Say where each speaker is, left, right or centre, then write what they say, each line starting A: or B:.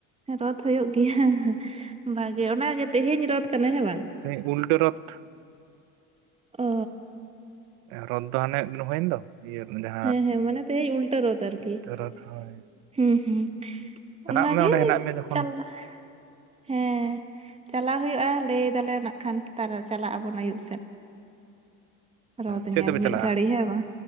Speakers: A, on the right; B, on the right.
A: ᱨᱚᱫ ᱦᱩᱭᱩᱜ ᱜᱮᱭᱟ ᱵᱷᱟᱜᱮ ᱚᱱᱟ ᱜᱮ ᱛᱮᱦᱮᱧ ᱨᱚᱫ ᱠᱟᱱᱟ ᱦᱮᱸ ᱵᱟᱝ ᱾
B: ᱦᱳᱭ ᱩᱞᱴᱟᱹ ᱨᱚᱛ ᱾
A: ᱚ
B: ᱨᱚᱫ ᱫᱚ ᱦᱟᱱᱮ ᱢᱤᱫ ᱫᱤᱱ ᱦᱩᱭᱮᱱ ᱫᱚ ᱾ ᱤᱭᱟᱹ ᱡᱟ
A: ᱦᱮᱸ ᱦᱮᱸ ᱢᱟᱱᱮ ᱛᱮᱦᱮᱧ ᱩᱞᱴᱟᱹ ᱨᱚᱫ ᱟᱨᱠᱤ
B: ᱨᱚᱛ ᱦᱳᱭ
A: ᱾ <inaudible> ᱦᱩᱸ ᱦᱩᱸ ᱾
B: ᱪᱟᱞᱟᱜ
A: ᱚᱱᱟ
B: ᱢᱮ
A: ᱜᱮ
B: ᱚᱸᱰᱮ ᱦᱮᱱᱟᱜ ᱢᱮᱭᱟ ᱡᱚᱠᱷᱚᱱ
A: ᱪᱟᱞᱟ ᱦᱮᱸ ᱪᱟᱞᱟᱣ ᱦᱩᱭᱩᱜᱼᱟ, ᱞᱟᱹᱭ ᱮᱫᱟᱞᱮ ᱱᱟᱜ ᱠᱷᱟᱱ ᱛᱟᱨᱟ ᱪᱟᱞᱟᱜ ᱟᱵᱚᱱ ᱟᱹᱭᱩᱵ ᱥᱮᱫ ᱾
B: <inaudible>
A: ᱨᱚᱫ ᱧᱮᱞ
B: ᱛᱮᱯᱮ
A: ᱢᱤᱫ
B: ᱪᱟᱞᱟᱜᱼᱟ
A: ᱜᱷᱟᱹᱲᱤ ᱦᱮ ᱵᱟᱝ